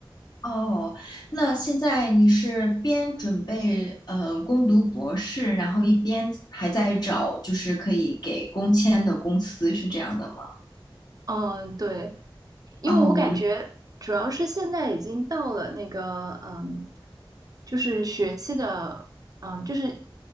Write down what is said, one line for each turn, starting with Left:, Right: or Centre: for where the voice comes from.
Left: 哦，那现在你是边准备呃攻读博士，然后一边还在找就是可以给工签的公司，是这样的吗？
Right: 嗯，对，因为我感觉主要是现在已经到了那个，
Left: 哦，我明，
Right: 嗯，就是学期的，嗯，就是